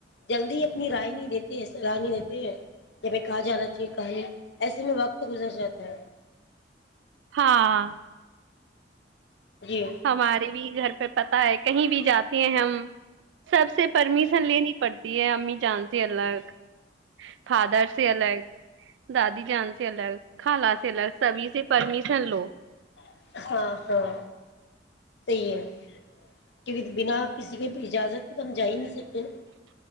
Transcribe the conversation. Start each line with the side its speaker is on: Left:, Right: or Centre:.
Left: جلدی اپنی رائے نہیں دیتے ہیں سلاح نہیں دیتے ہیں کہ ہمیں کہاں جانا چاہیے کہاں نہیں ایسے میں وقت گزر جاتا ہے
Right: ہاں
Left: جی ہوں
Right: ہمارے بھی گھر پہ پتتا ہے کہیں بھی جاتے ہیں ہم سب سے پرمیشن لینی پڑتی ہے امی جان <unintelligible> فادرس ہی ال الگ دادی جان سے الگ خالا سے لگ سبھی سے پرمیشن لو
Left: ہاں ہاں صحیح ہے کیکہ بنا کسی کے اجازت پہ تو ہم جا ہی نہیں سکتے